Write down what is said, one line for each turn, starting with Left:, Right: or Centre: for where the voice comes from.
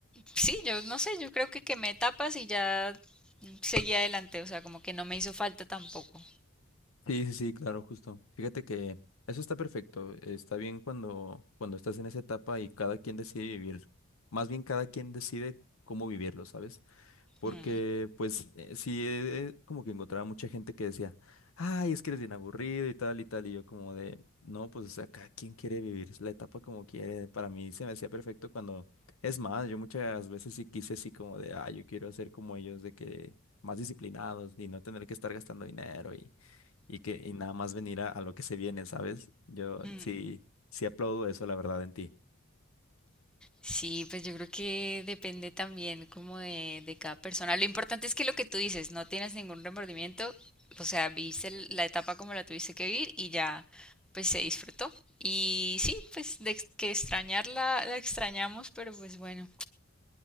Centre: sí, yo no sé, yo creo que quemé etapas y ya seguí adelante, o sea, como que no me hizo falta tampoco.
Left: Sí, sí, sí, claro, justo. Fíjate que eso está perfecto, está bien cuando, cuando estás en esa etapa y cada quien decide vivir, más bien cada quien decide cómo vivirlo, ¿sabes? Porque
Centre: Mm,
Left: pues eh, sí, eh, eh, como que encontraba mucha gente que decía, ay, es que eres bien aburrido y tal y tal, y yo como de, no, pues o sea, cada quien quiere vivir la etapa como quiere, para mí se me hacía perfecto cuando, es más, yo muchas veces sí quise así como de, ah, yo quiero ser como ellos, de que más disciplinados y no tener que estar gastando dinero y, y que y nada más venir a, a lo que se viene, ¿sabes? Yo
Centre: mm.
Left: sí, sí aplaudo eso, la verdad, en ti.
Centre: Sí, pues yo creo que depende también como de, de cada persona. Lo importante es que lo que tú dices, no tienes ningún remordimiento, o sea, viviste el- la etapa como la tuviste que vivir y ya, pues se disfrutó. Y sí, pues de ex- que extrañarla, la extrañamos, pero pues bueno,